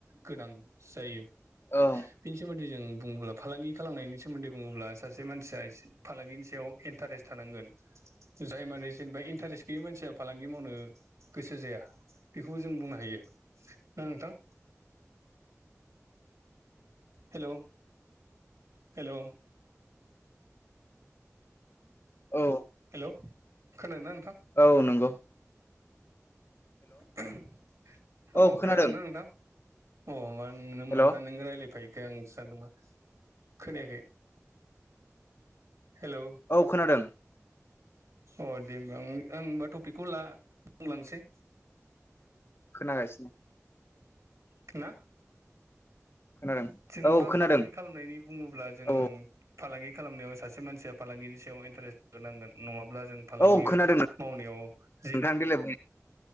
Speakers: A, on the right (about 75°); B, on the left (about 45°).
A: गोनां जायो
B: औ
A: बेनि सोमोन्दै जों बुङोब्ला फालांगि खालामनायनि सोमोन्दै बुङोब्ला सासे मानसियासे फालांगिनि सायाव इन्टारेस्ट थानांगोन जाय माने जेनेबा इन्टारेस्ट गैयि मानसिया फालांगि मावनो गोसो जाया बेखौबो जों बुंनो हायो दा नोंथां हेलौ हेलौ
B: औ
A: हेलौ खोनादोंना नोंथां?
B: औ नोंगौ
A: अ
B: औ खोनादों
A: खोनादोंना नोंथां? अ मा मानो
B: हेल'
A: मानोना नों रायलायफायो खाय आं सानदों मा खोनायाखै हेल'
B: औ खोनादों
A: अ दे होमबा आं होनबा टपिकखौ ला बुंलांसै
B: खोनागासिनो
A: <unintelligible>
B: खोनादों
A: जोंबा
B: औ खोनादों
A: फालांगि खालामनायनि बुङोब्ला जों
B: औ
A: फालांगि खालामनायाव सासे मानसिया फालांगिनि सायाव इन्टारेस्ट जानांगोन नंङाब्ला जों फालांगि
B: औ खोनादों
A: मावनायाव जेबो
B: नोंथां देलाय बुं